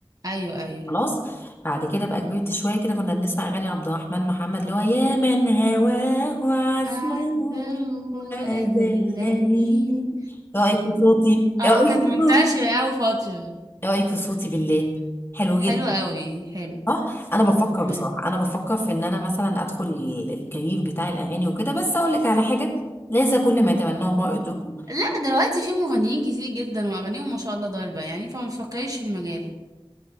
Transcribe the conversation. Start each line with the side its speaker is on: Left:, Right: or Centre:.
Right: ايوه ايوه
Left: خلاص بعد كده بقى كبرت شويه كده كنا بنسمع اغاني عبد الرحمن محمد اللي هو يا من هواه عزاه
Right: اعزه
Left: وذلني
Right: اذلني
Left: ايه رايك في صوتي ايه
Right: اه
Left: رايك
Right: كانت
Left: في
Right: منتشره
Left: صوتي
Right: قوي فتره
Left: ايه رايك في صوتي بالله حلو جدا
Right: حلوه قوي حلو
Left: صح انا بفكر
Right: مم.
Left: بصراحه انا بفكر في ان انا مثلا ادخل ال- الكارير بتاع الاغاني وكده بس اقول لك على حاجه ليس كل ما يتمناه المرء يدركه
Right: لا دلوقتي في مغنيين كتير جدا واغانيهم ما شاء الله ضاربه يعني فما تفكريش في المجال